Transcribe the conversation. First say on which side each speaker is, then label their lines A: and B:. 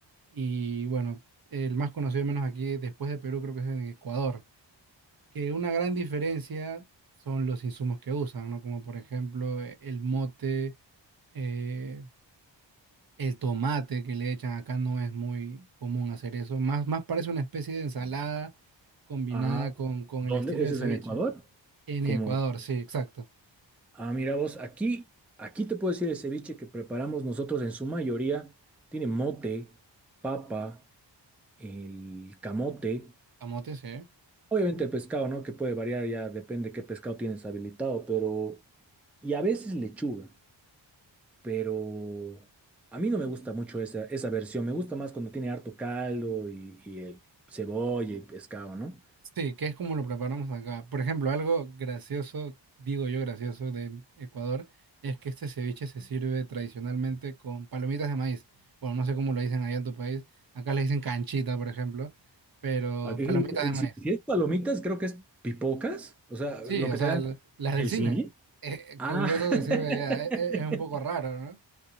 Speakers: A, on the right (about 50°); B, in the centre.
A: Y bueno, el más conocido, al menos aquí, después de Perú, creo que es en Ecuador. Que una gran diferencia son los insumos que usan, ¿no? Como por ejemplo eh, el mote. eh, el tomate que le echan acá no es muy común hacer eso. Más, más parece una especie de ensalada combinada
B: Ah,
A: con, con
B: ¿dónde?
A: el estilo
B: ¿Eso
A: del ceviche.
B: es en Ecuador?
A: En
B: Como,
A: Ecuador, sí, exacto.
B: ah, mira vos, aquí, aquí te puedo decir el ceviche que preparamos nosotros en su mayoría tiene mote, papa, el camote,
A: Camote, sí.
B: obviamente el pescado, ¿no? Que puede variar ya, depende qué pescado tienes habilitado, pero, y a veces lechuga. pero a mí no me gusta mucho esa, esa versión. Me gusta más cuando tiene harto caldo y, y el cebolla y pescado, ¿no?
A: Sí, que es como lo preparamos acá. Por ejemplo, algo gracioso, digo yo gracioso, de Ecuador, es que este ceviche se sirve tradicionalmente con palomitas de maíz. Bueno, no sé cómo lo dicen allá en tu país. Acá le dicen canchita, por ejemplo, pero
B: Aquí,
A: palomitas
B: eh,
A: de maíz.
B: si, si es palomitas, creo que es pipocas, o sea,
A: Sí,
B: lo
A: o
B: que
A: sea,
B: te dan
A: l- las del
B: en el
A: cine.
B: cine.
A: Eh,
B: Ah,
A: con eso
B: <laughs>
A: se sirve ya. Eh, eh, Es, un poco raro, ¿no?